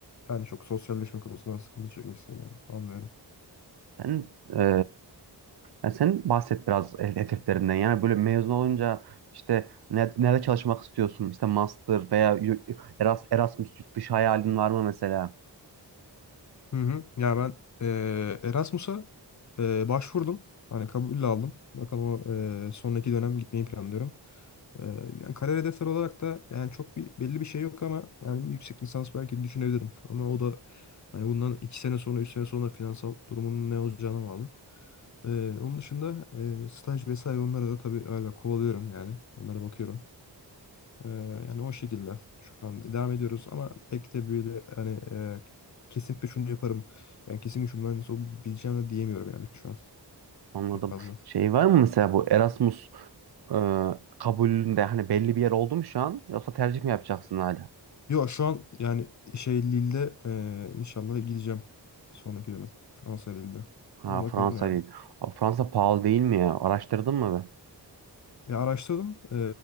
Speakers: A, on the left; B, on the right.
A: yani çok sosyalleşme konusunda sıkıntı çekmişsin yani. Anlıyorum.
B: Sen e, Yani sen bahset biraz e, hedeflerinden. Yani böyle mezun olunca işte ne- nerede çalışmak istiyorsun? İşte master veya y- Eras- Erasmus yurt dışı hayalin var mı mesela?
A: Hı hı. Ya ben eee, Erasmus'a eee, başvurdum. Hani kabul aldım. Bakalım o eee, sonraki dönem gitmeyi planlıyorum. Eee, yani kariyer hedefleri olarak da yani çok bir belli bir şey yok ama yani bir yüksek lisans belki düşünebilirim. Ama o da hani bundan iki sene sonra, üç sene sonra finansal durumunun ne olacağına bağlı. Eee, onun dışında eee, staj vesaire onlara da tabii hala kovalıyorum yani. Onlara bakıyorum. Ee, yani o şekilde şu an devam ediyoruz ama pek de böyle hani e, kesinlikle şunu yaparım. Yani kesinlikle şu mühendis olabileceğim de diyemiyorum yani şu an
B: Anladım.
A: pek fazla.
B: Şey var mı mesela bu Erasmus e, kabulünde hani belli bir yer oldu mu şu an? Yoksa tercih mi yapacaksın hala?
A: Yok şu an yani şey Lille'de e, inşallah gideceğim sonraki dönem Fransa Lille'de.
B: Ha
A: Ama
B: Fransa
A: bakalım yani.
B: değil. Abi Fransa pahalı değil mi ya? Araştırdın mı be?
A: Ya araştırdım. E,